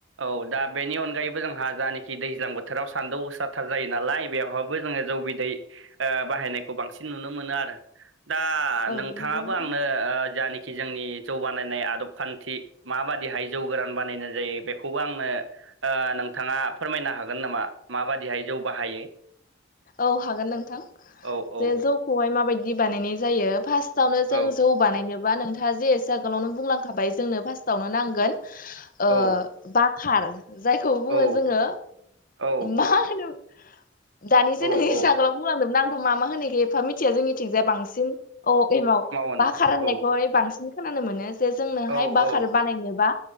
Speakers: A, on the right; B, on the left.
A: औ दा बेनि अनगायैबो जोंहा जानाखि दैज्लां बोथोराव सान्दौ गोसाथार जायो नालाय बेवहाय जोङो जौ बिदै बाहायनायखौ बांसिन नुनो मोनो आरो। दा
B: औ
A: नोंथाङाबो
B: नंगौ नोंथां
A: आंनो ओ जानखि जोंनि जौबानायनाय आदब खान्थि माबादिहाय जौ गोरान बानायनाय जायो बेखौबो आंनो ओ नोंथाङा फोरमायनो हागोन नामा माबाददिहाय जौ बाहायो?
B: औ हागोन नोंथां
A: औ औ
B: जे जौखौहाय माबायदि बानायनाय जायो फार्स्ट फार्स्टआवनो जों
A: औ
B: जौ बानायनोबा नोंथाङा जे एसे आगोलावनो बुंलांखाबाय जोंनो फार्स्टआवनो नांगोन ओ
A: औ
B: बखार जायखौ बुङो
A: औ
B: जोङो
A: औ
B: मा होनो दानिसो
A: औ
B: नों इसे
A: औ
B: आगोलाव बुंलांदोंमोन आंथ' मा होनो ओ <unintelligible> मिथिया जोंनिथिंजाया बांसिन औ एमाव बा
A: होनो
B: बाखार होन्नायखौहाय
A: औ
B: बांसिन खोनानो मोनो जे जोंनोहाय
A: औ
B: बाखार
A: औ
B: बानायनोबा